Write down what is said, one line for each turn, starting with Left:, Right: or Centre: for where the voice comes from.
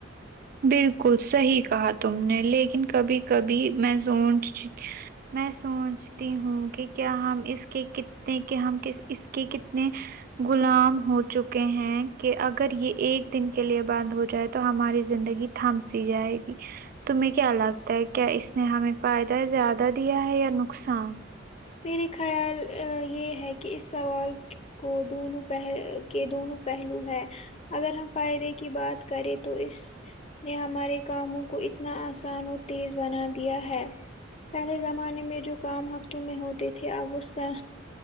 Right: بالکل صحیح کہا تم نے لیکن کبھی کبھی میں سوچ میں سوچ ہوں کہ کیا ہم اس کے کتنے کہ ہم کے اس کے کتنے غلام ہو چکے ہیں کہ اگر یہ ایک دن کے لیے بند ہو جائے تو ہماری زندگی تھم سی جائے گی تمہیں کیا لگتا ہے کیا اس نے ہمیں فائدہ زیادہ دیا ہے یا نقصان
Left: میرے خیال یہ ہے کہ اس سوال کو دونوں پہل کے دونوں پہلو ہے اگر ہم فائدے کی بات کریں تو اس نے ہمارے کاموں کو اتنا آسان اور تیز بنا دیا ہے پہلے زمانے میں جو کام ہفتوں میں ہوتے تھے اب وہ سا